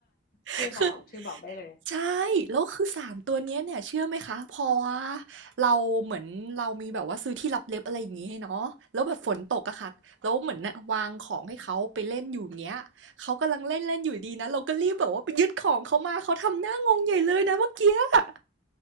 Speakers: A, on the right; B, on the left.
A: <laughs>
B: ชื่อบอกชื่อบอกได้เลย
A: ใช่แล้วคือสามตัวเนี้ยเนี่ยเชื่อไหมคะพอว่าเราเหมือนเรามีแบบว่าซื้อที่ลับเล็บอะไรอย่างงี้ให้เนาะแล้วแบบฝนตกอะค่ะแล้วเหมือนน่ะวางของให้เขาไปเล่นอยู่อย่างเงี้ยเขากำลังเล่นๆอยู่ดีนะเราก็รีบแบบว่าไปยึดของเขามาเขาทำหน้างงใหญ่เลยนะเมื่อกี้อะ